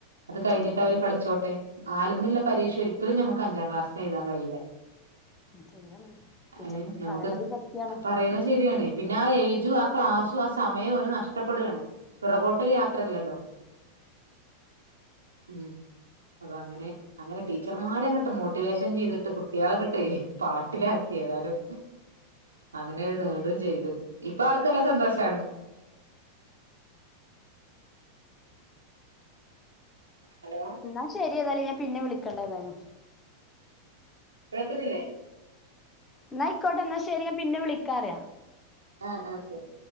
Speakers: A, on the right (about 75°); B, on the left (about 20°).
A: അത് കഴിഞ്ഞിട്ട്
B: ഉം ഉം
A: അവര് കളിച്ചോട്ടെ ആലന്നുള്ള പരീക്ഷ ഒരിക്കലും ഞമ്മുക്ക് അഞ്ചാം ക്ലാസ്സിന്ന് എഴുതാൻ കഴിയില്ല
B: ശരിയാണ് ടീച്ചർമാര്
A: ഏ നമുക്കത്
B: പറയണത് സത്യാണ്
A: പറയണെശരിയാണ് പിന്നെ ആ ഏജും ആ ക്ലാസു ആ സമയം അവിടെനഷ്ടപ്പെടുകണ് പിറകോട്ടൊരു യാത്രയല്ലല്ലോ ഉം അപ്പ അങ്ങനെ അങ്ങനെ ടീച്ചർമാരെ അങ്ങട്ട് മോട്ടിവേഷൻ ചെയ്തിട്ട് കു കുട്ട്യാളെ കിട്ടെ പാ വീട്ടിലാക്കി ഏതായാലും അങ്ങനെ നേടും ചെയ്ത് ഇപ്പാൾ ക്ക് നല്ല സന്തോഷാണ് ഹലോ
B: എന്നാ ശരി നി ഏതാലും ഞാൻ പിന്നെ വിളിക്കണ്ട് ഏതാലും
A: കേക്കുന്നില്ലേ
B: എന്നായിക്കോട്ടെ എന്നാ ശരി ഞാൻ പിന്നെ വിളിക്കാറയ
A: ആ ആ ശരി